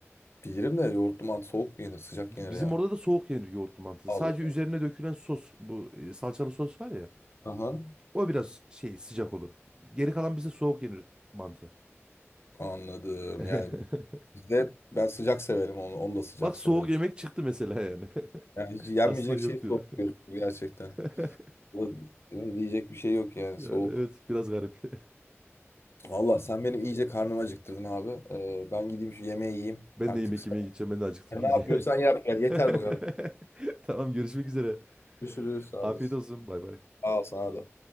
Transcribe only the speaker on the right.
B-
Bizim
orada da soğuk yenir yoğurtlu mantısı.
Sadece
üzerine dökülen sos bu e, salçalı sos var ya
o biraz şey sıcak olur. Geri kalan bize soğuk yenir mantı.
<laughs>
Bak soğuk
yemek çıktı mesela yani. <laughs>
Aslında
yok diyordum.
<laughs>
Ya,
Evet biraz garip. <laughs>
Ben
de yemek
yemeye gideceğim. Ben de acıktım
iyice.
<laughs> Tamam görüşmek üzere.
Afiyet
olsun. Bay bay.